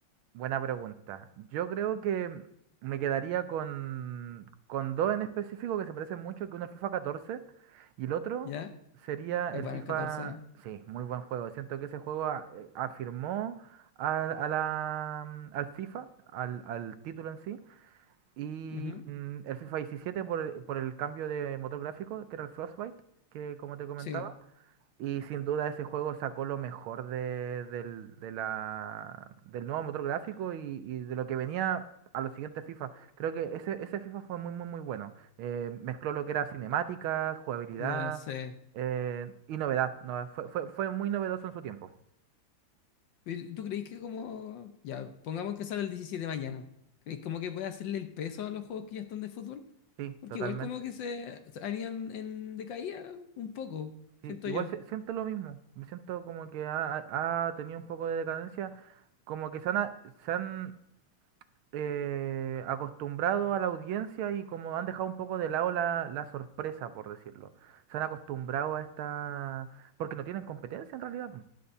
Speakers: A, on the right; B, on the left.
A: Buena pregunta. Yo creo que me quedaría con, con dos en específico que se parecen mucho, que uno es FIFA catorce y el otro
B: ¿Ya?
A: sería
B: Es
A: el
B: bueno,
A: FIFA...
B: el 14.
A: Sí, muy buen juego. Siento que ese juego a- eh, afirmó al, a la, mm, al FIFA, al, al título en sí, y
B: Ujú.
A: mm, el FIFA diecisiete por, el- por el cambio de motor gráfico, que era el Frostbite, que como te comentaba.
B: Sí,
A: Y sin duda ese juego sacó lo mejor de, del, de la, del nuevo motor gráfico y, y de lo que venía a los siguientes FIFA. Creo que ese, ese FIFA fue muy, muy, muy bueno. Eh, mezcló lo que era cinemáticas, jugabilidad
B: ya sé.
A: eh, y novedad. No, fue, fue, fue muy novedoso en su tiempo.
B: ¿Y tú crees que como... Ya, pongamos que sale el 17 mañana. ¿Crees como que puede hacerle el peso a los juegos que ya están de fútbol?
A: Sí,
B: Porque
A: totalmente.
B: igual como que se se han ido en, en decaída un poco,
A: Sí,
B: siento
A: igual
B: yo.
A: se- siento lo mismo. Me siento como que ha, ha ha tenido un poco de decadencia. Como que se han, a- se han eh, acostumbrado a la audiencia y como han dejado un poco de lado la, la sorpresa, por decirlo. Se han acostumbrado a esta... Porque no tienen competencia en realidad. po.